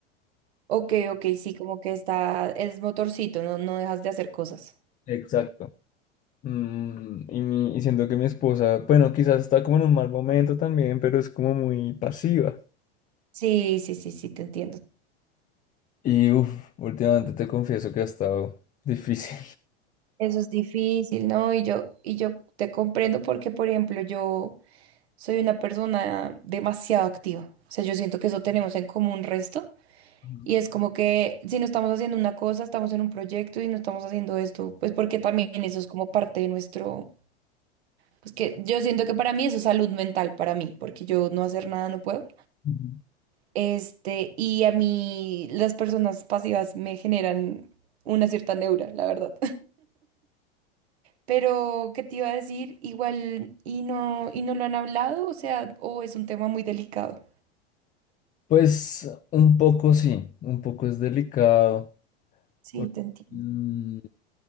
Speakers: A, on the right; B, on the left.
A: Ok, ok, sí, como que está, es motorcito, no, no dejas de hacer cosas.
B: Exacto. Mm, y, mi- y siento que mi esposa, bueno, quizás está como en un mal momento también, pero es como muy pasiva.
A: Sí, sí, sí, sí, te entiendo.
B: Y uff, últimamente te confieso que ha estado difícil.
A: Eso es difícil, ¿no? Y yo, y yo te comprendo porque, por ejemplo, yo soy una persona demasiado activa. O sea, yo siento que eso tenemos en común resto.
B: <laughs>
A: Y es como que si no estamos haciendo una cosa, estamos en un proyecto y no estamos haciendo esto, pues porque también eso es como parte de nuestro... Pues que yo siento que para mí eso es salud mental, para mí, porque yo no hacer nada no puedo.
B: Ujú.
A: Este, y a mí las personas pasivas me generan una cierta neura, la verdad. Pero, ¿qué te iba a decir? Igual, y no, y no lo han hablado, o sea, o es un tema muy delicado.
B: Pues un poco sí, un poco es delicado.
A: Sí,
B: porque,
A: te entiendo.
B: mm,